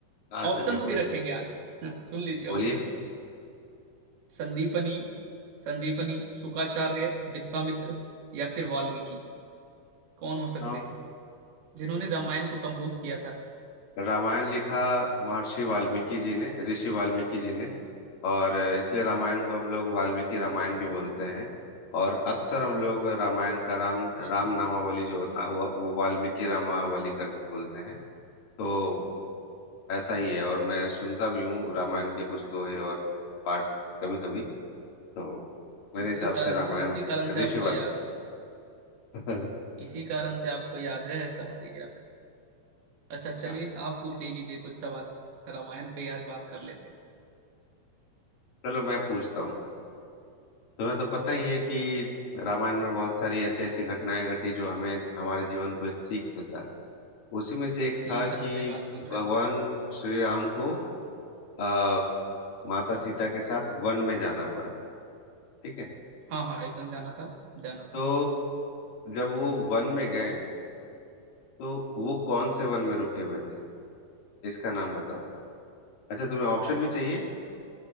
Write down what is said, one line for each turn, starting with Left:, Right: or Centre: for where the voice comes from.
Left: हाँ
Right: ऑप्शंस
Left: चलिए बोलिए
Right: भी रखेंगे आज <laughs> सुन लीजिए
Left: बोलिए
Right: ऑप्शन संदीपनी संदीपनी शुक्राचार्य विश्वामित्र या फिर वाल्मीकि कौन हो सकते
Left: हाँ
Right: हैं जिन्होंने रामायण को कंपोज किया था
Left: रामायण लिखा महर्षि वाल्मीकि जी ने ऋषि वाल्मीकि जी ने और इसलिए रामायण को हम लोग वाल्मीकि रामायण
Right: अरे वाह
Left: भी बोलते हैं और अक्सर हम लोग रामायण का राम
Right: बहुत
Left: राम
Right: अच्छा
Left: नामावली जो होता है वो, वो वाल्मीकि रामावली करके बोलते हैं तो ऐसा
Right: ओ,
Left: ही है और मैं सुनता भी हूँ रामायण के कुछ दोहे और पाठ कभी कभी तो मेरे
Right: इसी
Left: हिसाब
Right: कारण
Left: से रामायण
Right: से इसी कारण से
Left: ऋषि
Right: आपको याद है,
Left: <laughs>
Right: इसी कारण से आपको याद है समझ गया मैं अच्छा चलिए
Left: हाँ
Right: आप पूछ ले लीजिए कुछ सवाल रामायण पे ही, आज बात कर लेते हैं
Left: चलो मैं पूछता हूँ तुम्हें तो पता ही है कि रामायण में बहुत सारी ऐसी ऐसी घटनाएं घटी जो हमें हमारे जीवन को एक सीख देता है उसी में से एक
Right: ये
Left: था
Right: एकदम
Left: कि
Right: सही बात बोल रहे
Left: भगवान
Right: हैं भैया आप
Left: श्री राम को आ, माता सीता के साथ वन में जाना पड़ा ठीक है
Right: हाँ हाँ एकदम जाना था जाना था
Left: तो जब वो वन में गए तो वो कौन से वन में रुके हुए थे इसका नाम बताओ अच्छा तुम्हें ऑप्शन भी चाहिए